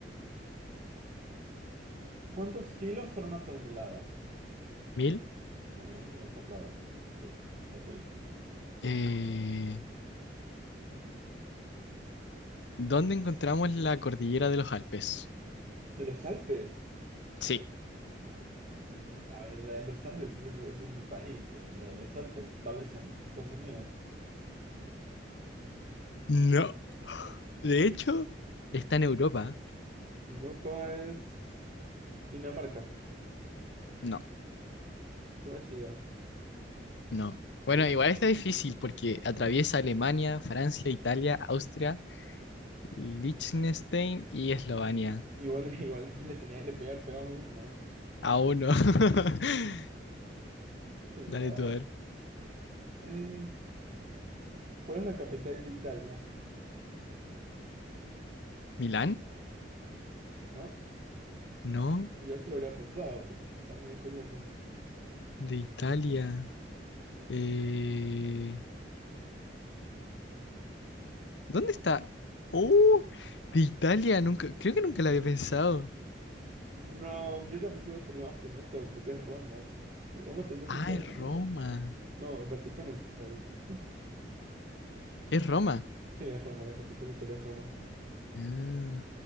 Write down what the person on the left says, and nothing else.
Mil.
eh, ¿dónde encontramos la cordillera de los Alpes?
Sí.
No. De hecho, está en Europa.
No,
no. Bueno,
igual está difícil porque atraviesa Alemania, Francia, Italia, Austria, Liechtenstein y Eslovenia.
Aún no. <laughs>
Dale
tú a ver.
¿Milán?
No,
de Italia. Eh, ¿dónde está? ¡Oh! De Italia, nunca, creo que nunca la había pensado.
Ah,
es
Roma.
Es Roma.
Ah,